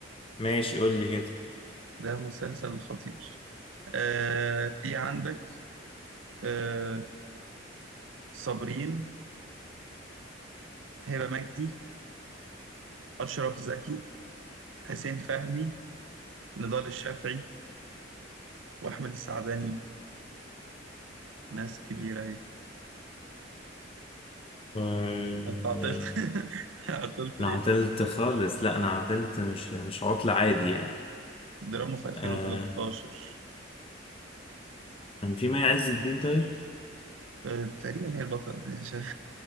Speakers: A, on the left (about 30°); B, on the right (about 85°).
A: ماشي قول لي كده
B: ده مسلسل خطير آه في عندك آه صابرين هبة مجدي أشرف زكي حسين فهمي نضال الشافعي وأحمد السعداني ناس كبيرة أهي
A: آه،
B: أنت عطلت <laughs> عطلت ليه؟
A: انا عطلت خالص لا انا عطلت مش مش عطل عادي يعني
B: دراما في 2013
A: آه كان في مي عز الدين طيب
B: آه تقريبا هي البطلة <laughs> مش عارف.